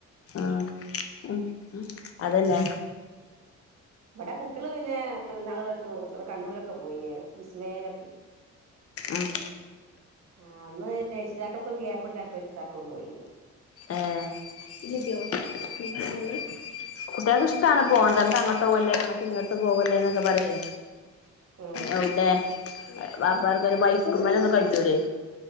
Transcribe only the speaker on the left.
ആഹ് ആഹ് അതെന്നെ.
ആഹ്
ഏഹ് <unintelligible>
കുട്ടികൾക്ക് ഇഷ്ടമാണ് പോക്ണത് നമുക്ക് അങ്ങോട്ട് പോകല്ലേ നമക്ക് ഇങ്ങോട്ട് പോകല്ലേ എന്നൊക്കെ പറയെ.
എവുടെ വാപ്പാർക്ക് ബൈക്ക്മ്ലെ ഒന്നും കച്ചൂലെ